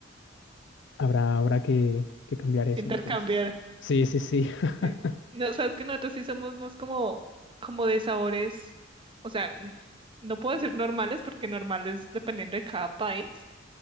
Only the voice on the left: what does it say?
Habrá, habrá que, que cambiar eso
entonces. Sí, sí, sí. <laughs>